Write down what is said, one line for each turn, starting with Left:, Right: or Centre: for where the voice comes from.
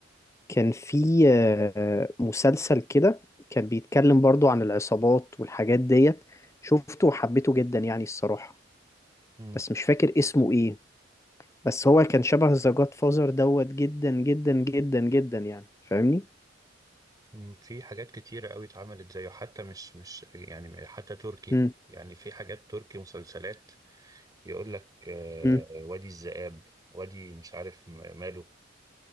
Left: كان فيه آه، مسلسل كده كان بيتكلم برضو عن العصابات والحاجات ديت شفته وحبيته جدا يعني الصراحة
Right: مم.
Left: بس مش فاكر اسمه ايه بس هو كان شبه ذا جاد فاذر دوت جدا جدا جدا جدا يعني فاهمني؟
Right: مم. في حاجات كتيرة قوي اتعملت زيه حتى مش مش يعني حتى تركي
Left: مم.
Right: يعني في حاجات تركي مسلسلات يقول لك آه
Left: مم.
Right: وادي الذئاب وادي مش عارف م- ماله